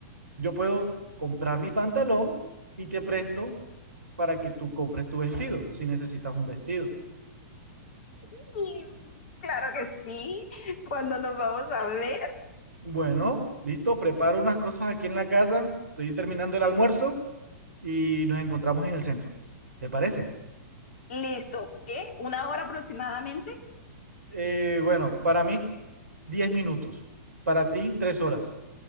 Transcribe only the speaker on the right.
Yo puedo comprar mi pantalón y te presto para que tú compres tu vestido, si necesitas un vestido.
Bueno, listo, preparo unas cosas aquí en la casa. Estoy terminando el almuerzo y nos encontramos en el centro. ¿Te parece?
Eh, bueno, para mí, 10 minutos. Para ti, 3 horas.